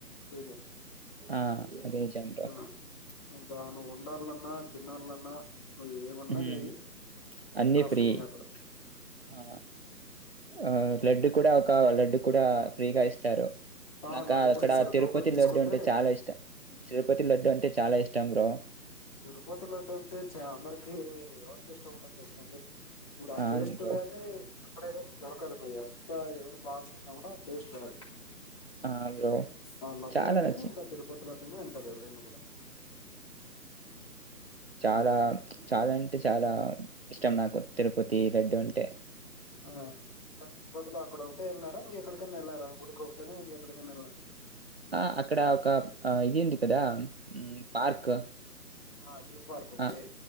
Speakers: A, on the left (about 20°); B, on the right (about 40°).
A: ఫ్రీ నే
B: ఆ అది నిజం బ్రో.
A: ఆ ఇంకా నువ్వు ఉండాలన్నా తినాలన్నా నువ్ ఏమన్నా
B: హ్మ్.
A: చెయ్యి
B: అన్నీ
A: ఇంకా
B: ఫ్రీ.
A: ఫ్రీనే అక్కడ
B: ఆ ఆ లడ్డు కూడా ఒక లడ్డు కూడా ఫ్రీగా ఇస్తారు.
A: ఆ
B: నాకా
A: లడ్డు కూడా
B: అక్కడ
A: ఇస్తారు
B: తిరుపతి
A: టోకన్ తీసుకుంటే
B: లడ్డు అంటే చాలా ఇష్ట, చు తిరుపతి లడ్డు అంటే చాలా ఇష్టం. బ్రో
A: తిరుపతి లడ్డంటే చ అందరికి ఎవర్ కిష్ట ఉండదు చెప్పండి. ఇప్పుడు ఆ
B: అవును
A: టేస్ట్
B: బ్రో
A: గానీ అక్కడే కానీ దొర్ కరుగుతది అంత ఎవరు బాగుచేసిన కూడా టేస్ట్ రాదు
B: ఆ బ్రో
A: ఆ లడ్డూ
B: చాలా
A: అంటేనే
B: నచ్చి
A: ఇంకా తిరుపతి ల తినే ఉంటారు ఎవరేను గూడా
B: చాలా చాలా అంటే చాలా ఇష్టం నాకు తిరుపతి లడ్డూ అంటే
A: ఆ అంటే తిరుపతి లో అక్కడ ఒక్కటే వెళ్ళినా రా ఇంగెక్కడికైనా వెళ్ళారా గుడికొకటే న ఇంగెక్కడికైనా వెళ్ళార,
B: ఆ అక్కడ ఒక అ ఇది ఉంది కదా మ్మ్ పార్క్
A: ఆ జూ పార్క్ ఉంది
B: అ